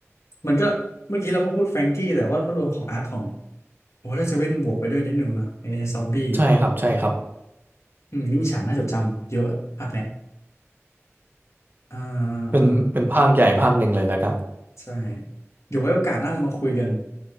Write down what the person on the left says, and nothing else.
มันก็ เมื่อกี้เราก็พูดแฟรงกี้แต่ว่าก็รวมของอาร์คของวอเตอร์เซเว่นบวกไปด้วยนิดนึงนะในซอบบี้
อืมนี่มีฉากน่าจดจำเยอะภาคเนี้ยอ่า
อ่าใช่เดี๋ยวไว้โอกาสหน้าเรามาคุยกัน